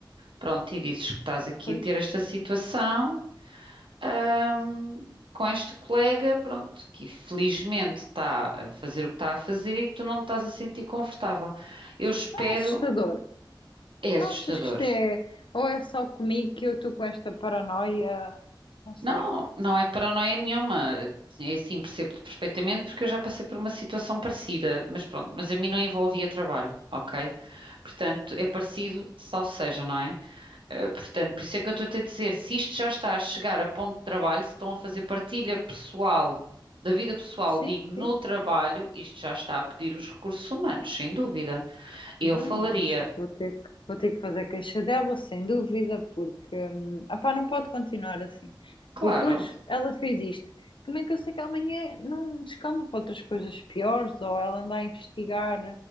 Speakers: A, on the right; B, on the left.
A: Pronto, e dizes que estás aqui
B: Pois,
A: a ter esta situação, ahm, com este colega, pronto, que felizmente está a fazer o que está a fazer e tu não te estás a sentir confortável. Eu espero,
B: não é assustador.
A: é assustador.
B: Não achas que isto é. Ou é só comigo que eu estou com esta paranoia? Não sei.
A: Não, não é paranoia nenhuma. É assim, percebo-te perfeitamente porque eu já passei por uma situação parecida, mas pronto, mas a mim não envolvia trabalho, ok? Portanto, é parecido, salvo seja, não é? Eh, portanto, por isso é que eu estou a dizer, se isto já está a chegar a ponto de trabalho, se estão a fazer partilha pessoal, da vida pessoal,
B: Sim,
A: digo, no
B: sim.
A: trabalho, isto já está a pedir os recursos humanos, sem dúvida. Eu
B: Não,
A: falaria,
B: acho que vou ter que, vou ter que fazer queixa dela, sem dúvida, porque hum, opá, não pode continuar assim.
A: claro,
B: Porque hoje ela fez isto. Como é que eu sei que amanhã não descamba para outras coisas piores ou ela anda a investigar?